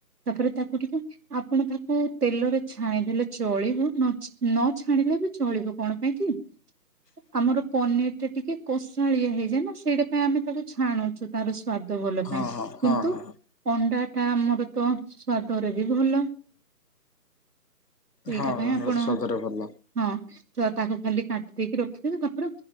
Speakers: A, on the right; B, on the left.
A: ତାପରେ ତାକୁ ଟିକେ ଆପଣ ତାକୁ ତେଲରେ ଛାଣିଦେଲେ ଚଳିବ ନ ଛ-ନ ଛାଣିଲେ ବି ଚଳିବ କଣ ପାଇଁ କି? ଆମର ପନିର୍ ଟା ଟିକେ କଷାଳିଆ ହେଇଯାଏ ନା ସେଇଟା ପାଇଁ ଆମେ ତାକୁ ଛାଣୁଛୁ। ତାର ସ୍ଵାଦ ଭଲ
B: ହଁ
A: ଥାଏ।
B: ହଁ ହଁ
A: କିନ୍ତୁ
B: ହଁ।
A: ଅଣ୍ଡା ଟା ଆମର ତ ସ୍ଵାଦରେ ବି ଭଲ। ସେଇଟା
B: ହଁ
A: ପାଇଁ
B: ଅନୁରୋଧ
A: ଆପଣ
B: ସଦରେ ଭଲ
A: ହଁ ତ ତାକୁ ଖାଲି କାଟି ଦେଇକି ରଖିଦେବେ। ତାପରେ